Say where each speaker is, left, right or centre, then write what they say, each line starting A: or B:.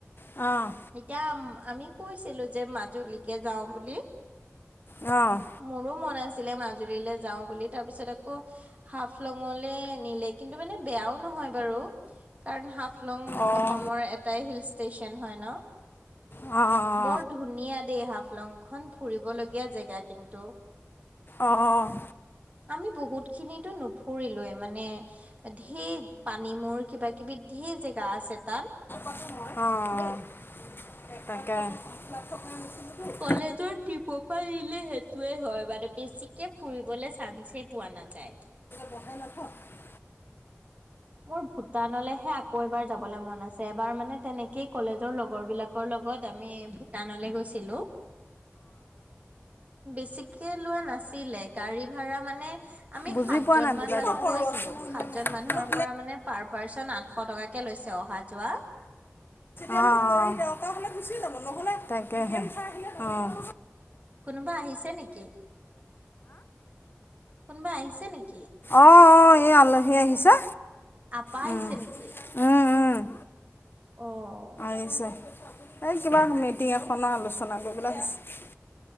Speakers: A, on the left; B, on the right.
A: অ'?
B: এতিয়াম আমি কৈছিলোঁ যে মাজুলীকে যাওঁ বুলি।
A: অ'?
B: মোৰো মন আছিলে মাজুলীলে যাওঁ বুলি তাৰপিছত আকৌ হাফলঙলে নিলে, কিন্তু মানে বেয়াও নহয় বাৰু। কাৰণ হাফ লং
A: অঁ
B: অসমৰ এটাই হিল ষ্টেচন হয় ন?
A: অ', অ'।
B: বৰ ধুনীয়া দেই হাফলংখন, ফুৰিবলগীয়া জেগা কিন্তু।
A: অ', অ'।
B: আমি বহুত খিনিতো নুফুৰিলোৱে মানে, ধেৰ পানী মূৰ কিবা কিবি ধেৰ জেগা আছে তাত।
A: অ', অ', অ', তাকে।
B: কলেজৰ ট্ৰিপৰ পৰা নিলে সেইটোৱে হয় মানে বেছিকে ফুৰিবলে চানছে পোৱা নাযায়।
A: বহাই নাথ <unintelligible>
B: মোৰ ভূটানলেহে আকৌ এবাৰ যাবলে মন আছে। এবাৰ মানে তেনেকেই কলেজৰ লগৰ বিলাকৰ লগত আমি ভূটানলে গৈ ছিলো, বেছিকে লোৱা নাছিলে গাড়ী ভাড়া মানে আমি
A: বুজি
B: সাতজন
A: পোৱা নাই
B: মান
A: বুজাই
B: মানুহ
A: দিয়ক অঁ
B: গৈছিলোঁ, সাতজন মানুহৰ পৰা মানে পাৰ পাৰ্চন আঠ এশ টকাকে লৈছে অহা যোৱা।
A: অ', অ'। কৰী <unintelligible> গুচি যাব নহলে তাকেহে <unintelligible> চাই আহিলে। অ'।
B: কোনোবা আহিছে নেকি? কোনোবা আহিছে নেকি
A: অ', অ', এয়া আলহী আহিছে।
B: আপা আহিছে
A: উম,
B: নেকি?
A: উম, উম।
B: অ'।
A: এই কিবা মিটিং এখনৰ আলোচনা কৰিবলৈ আহিছে।